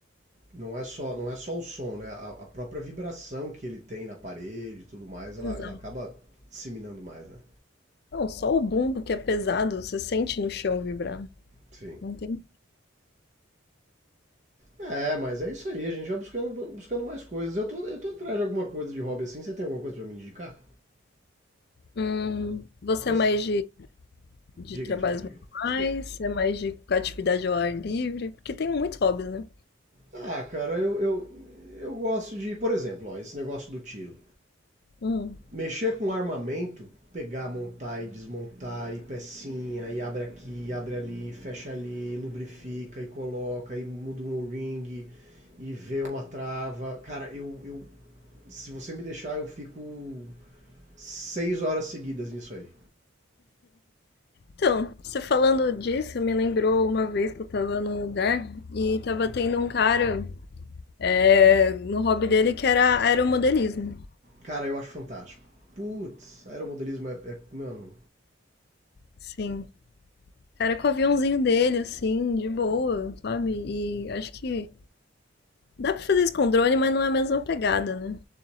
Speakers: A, on the right (about 35°); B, on the left (about 50°).
A: Não é só, não é só o som, né? A, a própria vibração que ele tem na parede e tudo mais, ela,
B: Exato.
A: ela acaba disseminando mais, né?
B: Não, só o bumbo que é pesado, você sente no chão vibrar.
A: Sim.
B: Não tem.
A: É, mas é isso aí, a gente vai buscando, buscando mais coisas. Eu tô, eu tô atrás de alguma coisa de hobby assim, você tem alguma coisa pra me indicar?
B: Hum, você
A: Eu...
B: é mais de, de
A: Diga,
B: trabalhos
A: diga, diga.
B: manuais,
A: Desculpa.
B: você é mais de atividade ao ar livre, porque tem muitos hobbies, né?
A: Ah, cara, eu, eu, eu gosto de, por exemplo, ó, esse negócio do tiro.
B: Hum.
A: Mexer com armamento, pegar, montar e desmontar, e pecinha, e abre aqui, e abre ali, fecha ali, lubrifica e coloca, e muda um ring, e vê uma trava. Cara, eu, eu se você me deixar, eu fico seis horas seguidas nisso aí.
B: Então, você falando disso, me lembrou uma vez que eu tava num lugar e tava tendo um cara é, no hobby dele que era aeromodelismo.
A: Cara, eu acho fantástico. Putz, aeromodelismo é, é. Mano.
B: Sim. Cara, com o aviãozinho dele, assim, de boa, sabe? E acho que dá pra fazer isso com drone, mas não é a mesma pegada, né?